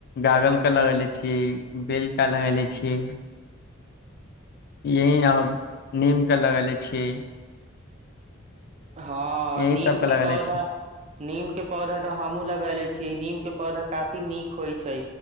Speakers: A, on the left; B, on the right.
A: गागल के लगेले छी बेल का लगेले छी यही और नीम के लगेले छीयै
B: हँ
A: यही
B: नीम
A: सब लगेले
B: के पौधा
A: छियै
B: नीम के पौधा तऽ हमहुँ लगेले छीयै नीम के पौधा काफी नीक होइ छै